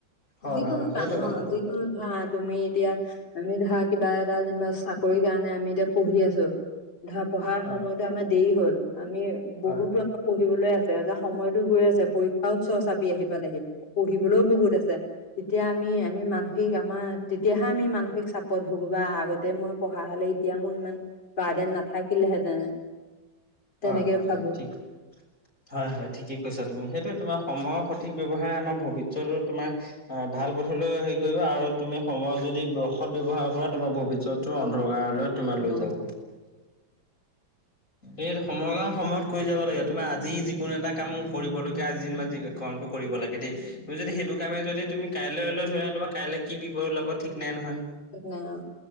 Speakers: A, on the left; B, on the left.
A: হয়
B: যিকোনো
A: হয় সেইটো
B: কামৰ
A: কথা তেতিয়া
B: যিকোনো ধৰা তুমি এতিয়া, আমি ধৰা কিবা এটা যেনিবা চাকৰি কাৰণে আমি এতিয়া পঢ়ি আছো ধৰা পঢ়াৰ
A: হয়
B: সময়তো আমাৰ দেৰি হ'ল, আমি বহুতো
A: হয় হয়
B: পঢ়িবলৈ আছে যে সময়তো গৈ আছে পৰীক্ষাও ওচৰ চাপ পি আহি পালেহি পঢ়িবলৈও বহুত আছে। তেতিয়া আমি, আমি মানসিক আমাৰ তেতিয়াহে আমি মানসিক চাপত ভুগো বা আগতে মই পঢ়া হ'লে এতিয়া মোৰ ইমান বাৰ্দেন নাথাকিলেহেঁতেন। তেনেকে
A: হয়, হয়,
B: ভাবো
A: হয় ঠিক। হয় হয় ঠিকেই কৈছা তুমি, সেইটোৱে তোমাৰ সময়ৰ সঠিক ব্যৱহাৰে আমাৰ ভৱিষ্যতৰ তোমাৰ অ ভাল পথলৈ হেৰি কৰিব আৰু তুমি সময় যদি সৎ- ব্যৱহাৰ কৰা তোমাৰ ভৱিষ্যতো অন্ধকাৰলৈ তোমাৰ লৈ
B: অ
A: যাব। এই সময়ৰ কাম সময়ত কৰি যাব লাগে। তোমাৰ আজি যিকোনো এটা কাম কৰিবলগীয়া আজি কামটো কৰিব লাগে দেই। তুমি যদি সেইটো কামে যদি তুমি কাইলৈ লৈ থৈ দিয়া, তোমাৰ কাইলৈ কি বিপদ ওলাব ঠিক নাই নহয়?
B: ঠিক নাই অ'।